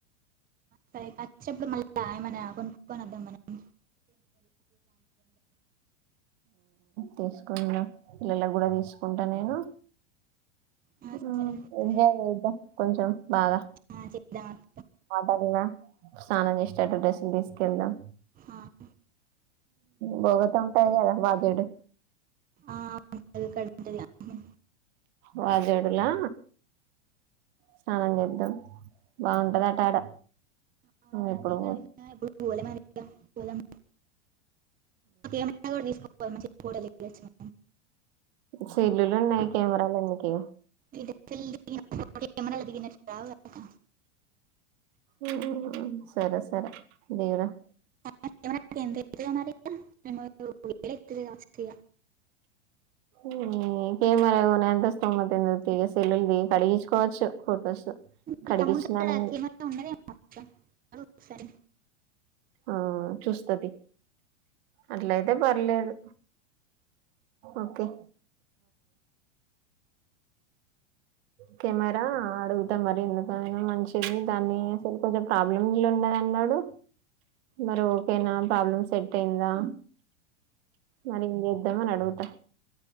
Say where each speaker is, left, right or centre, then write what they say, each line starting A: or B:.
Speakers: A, on the right (about 25°); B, on the right (about 60°).
A: సరే అచ్చేటప్పుడు మళ్ళ ఏమైనా కొనుక్కొనద్దాం మనం <inaudible>
B: తీసుకుందాం పిల్లలకి గూడా తీసుకుంటా నేను
A: ఆ,
B: ఉమ్
A: సరే అక్క
B: ఎంజాయ్ చేద్దాం కొంచెం బాగా
A: ఆ, చేద్దాం అక్క
B: వాటర్లా స్నానం చేశేటట్టు డ్రెస్సులు తీసుకెళ్దాం
A: ఆహ్
B: బోగత ఉంటాయి కదా వాజేడు
A: ఆ <inaudible>
B: వాజేడులా స్నానం చేద్దాం బాగుంటదంట ఆడ
A: అవునక్క
B: ఇప్పుడు
A: నేన్ గూడ విన్న గాని ఎప్పుడు పోలే మరీ అక్క పోదాం కెమెరా కూడా తీసుకపోదాం మంచిగా ఫోటలు ఎక్కియ్యచ్చు
B: సెల్లులు ఉన్నాయి కెమెరాలు ఎందుకు
A: ఇ <inaudible> కెమరల్ దిడిగిన రావు గా అక్క
B: ఉమ్ సరే సరే దిగుదాం
A: <inaudible> ఎంత మరీ <inaudible> వేలు అయితది కావొచ్చు
B: ఈ కెమరా కోనేంత స్తోమత ఎందూకు తీగా సెల్లులు దిగి కడిగిచుకోవచ్చు ఫో టోస్
A: మీ
B: కడిగిచ్చినాని
A: తమ్ముడి కాడ కెమెరా ఉన్నదేమో అక్క అడుగు ఒకసారి
B: ఆ చూస్తతీ అట్లైతే పర్లేదు ఓకే కెమెరా అడుగుతా మరి ఎందుకైనా మంచిది దాన్ని అసలు కొంచం ప్రాబ్లంలో ఉన్నదన్నాడు మరి ఓకేనా ప్రాబ్లమ్ సెటైందా మరెం చేద్దామని అడుగుతా